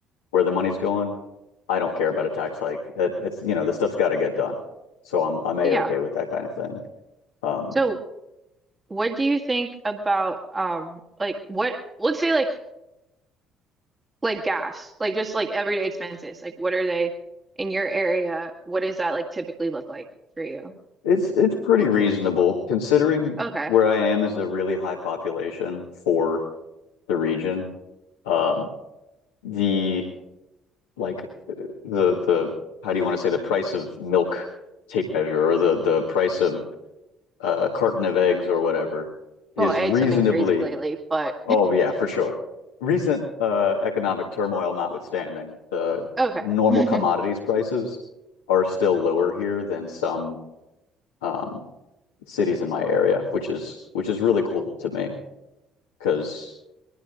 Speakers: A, on the left; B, on the right.
A: where the money's going, I don't care about a tax hike. It, it's you know the stuff's got to get done, so I'm I'm a
B: yeah.
A: okay with that kind of thing. Um,
B: So, what do you think about um like what let's say like like gas, like just like everyday expenses. Like what are they in your area? What does that like typically look like for you?
A: it's it's pretty reasonable considering
B: Okay.
A: where I am is a really high population for the region. Um, the like the the how do you want to say the price of milk tape measure or the the price of a carton of eggs or whatever is
B: Well, eggs
A: reasonably
B: have been crazy lately, but
A: Oh, yeah, for sure. Recent uh, economic turmoil notwithstanding, the
B: okay.
A: normal
B: <laughs>
A: commodities prices are still lower here than some um, cities in my area, which is which is really cool to me because